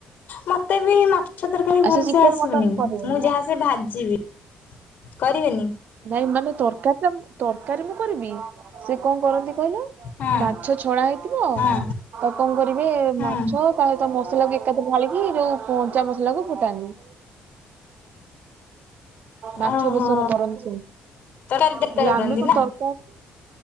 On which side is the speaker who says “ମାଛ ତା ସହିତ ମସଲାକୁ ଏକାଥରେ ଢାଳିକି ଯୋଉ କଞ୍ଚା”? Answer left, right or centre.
Right